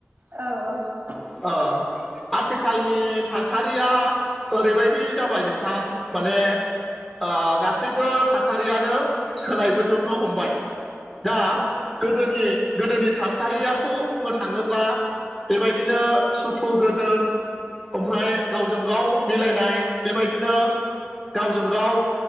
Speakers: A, on the right (about 50°); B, in the centre.
A: औ औ।
B: अ। आथिखालनि थासारिया ओरैबायदि जाबाय नोंथां माने ओ गासैबो थासारियानो सोलायबोजोबनो हमबाय दा
A: औ
B: गोदोनि गोदोनि थासारियाखौ बुंनो थाङोब्ला बेबायदिनो सु खु गोजोन ओमफ्राय गावजों गाव मिलायनाय बेबायदिनो गावजों गाव